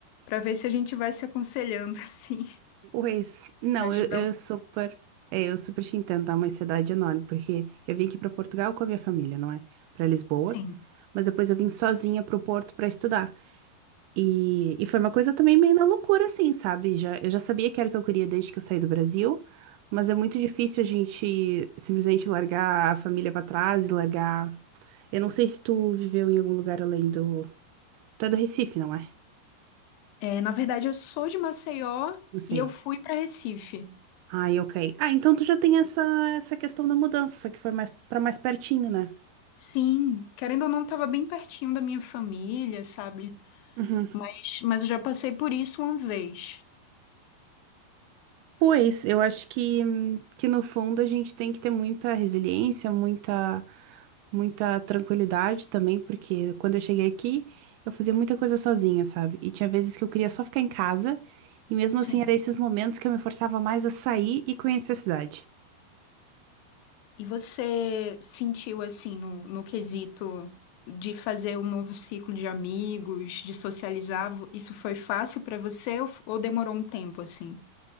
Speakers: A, on the left; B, on the right.
A: para ver se a gente vai se aconselhando <laughs> assim,
B: Pois, não,
A: ajudar
B: eu, eu
A: um.
B: super. É, eu super te entendo, tá? É Uma cidade enorme, porque eu vim aqui pra Portugal com a minha família, não é? Pra Lisboa.
A: Sim.
B: Mas depois eu vim sozinha pro Porto pra estudar. E, e foi uma coisa também meio na loucura, assim, sabe? Já, eu já sabia que era o que eu queria desde que eu saí do Brasil, mas é muito difícil a gente simplesmente largar a família pra trás e largar. Eu não sei se tu viveu em algum lugar além do. Tu é do Recife, não é?
A: É, na verdade, eu sou de Maceió
B: Não sei,
A: e eu fui para Recife.
B: Ai, ok. Ah, então tu já tem essa, essa questão da mudança, só que foi mais para mais pertinho, né?
A: Sim, querendo ou não, estava bem pertinho da minha família, sabe?
B: Uhum.
A: Mas, mas eu já passei por isso uma vez.
B: Pois, eu acho que, hum, que no fundo a gente tem que ter muita resiliência, muita, muita tranquilidade também, porque quando eu cheguei aqui, eu fazia muita coisa sozinha, sabe? E tinha vezes que eu queria só ficar em casa, e mesmo
A: Sim.
B: assim eram esses momentos que eu me forçava mais a sair e conhecer a cidade.
A: E você sentiu assim no, no quesito de fazer um novo ciclo de amigos, de socializar, vo- isso foi fácil para você ou, f- ou demorou um tempo assim?